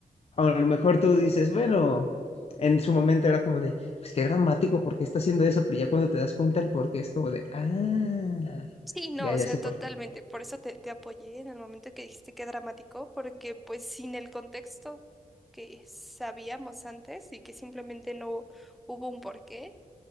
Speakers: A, on the left; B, in the centre.
A: a lo mejor tú dices, bueno, en su momento era como de, pues qué dramático, porque está haciendo eso? Pero ya cuando te das cuenta el por qué es como de, ah,
B: Sí, no,
A: ya,
B: o
A: ya
B: sea,
A: sé por
B: totalmente.
A: qué.
B: Por eso te, te apoyé en el momento que dijiste que dramático, porque pues sin el contexto que sabíamos antes y que simplemente no hubo un porqué,